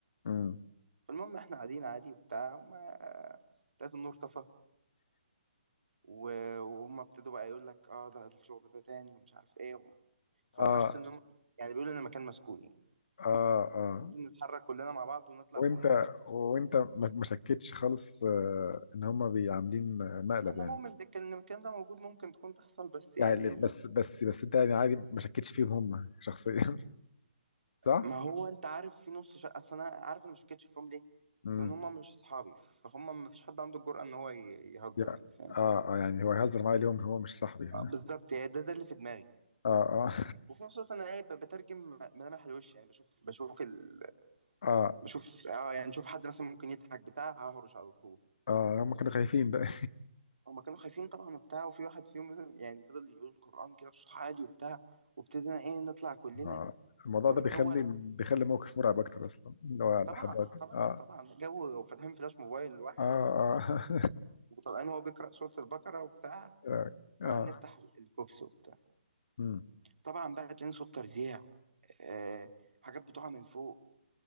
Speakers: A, on the left; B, on the right.
A: امم
B: فالمهم احنا قاعدين عادي وبتاع وما لقيت النور طفى و- وهم ابتدوا بقى يقول لك اه ده الشغل ده تاني ومش عارف ايه فهرشت
A: اه
B: ان هم يعني بيقولوا ان المكان مسكون يعني
A: اه اه
B: لازم نتحرك كلنا مع بعض ونطلع
A: وانت
B: فوق نفتح
A: وانت ما ما شكتش خالص آه ان هم بيعاملين مقلب
B: انا
A: يعني
B: مؤمن بالكلام إن الكلام ده موجود ممكن تكون تحصل بس يعني
A: يعني يعني بس بس بس انت يعني عادي ما شكتش فيهم هم شخصيا <laughs> صح؟
B: ما هو انت عارف في نص شقه اصل انا عارف انا ما شكتش فيهم ليه
A: امم
B: لان هم مش اصحابي فهم ما فيش حد عنده الجرأه ان هو ي- يهزر
A: يا
B: يعني فاهم
A: اه اه يعني هو هيهزر معايا اليوم هو مش صاحبي <laughs>
B: آه، بالظبط يعني ده ده اللي في دماغي
A: اه اه
B: وفي نفس الوقت انا ايه ب- بترجم ملامح الوش يعني بشوف بشوف ال...
A: اه
B: بشوف اه يعني بشوف حد مثلا ممكن يضحك بتاع ههرش على طول
A: اه هم كانوا خايفين بقى
B: هما كانوا خايفين طبعا وبتاع وفي واحد فيهم يعني فضل يقول القرآن كده بصوت عالي وبتاع وابتدينا ايه نطلع كلنا
A: آه. الموضوع
B: الدور
A: ده بيخلي
B: الاول
A: بيخلي موقف مرعب اكتر اصلا اللي هو
B: طبعا
A: لحد دلوقتي
B: طبعا
A: اه
B: طبعا جو فاتحين فلاش موبايل الواحد
A: اه اه
B: و...
A: <laughs>
B: وطلعان هو بيقرأ سورة البقرة وبتاع
A: اه
B: طلعان
A: آه.
B: نفتح ال- الكوبس وبتاع
A: مم.
B: طبعا بقى تلاقي صوت ترزيع آه... حاجات بتقع من فوق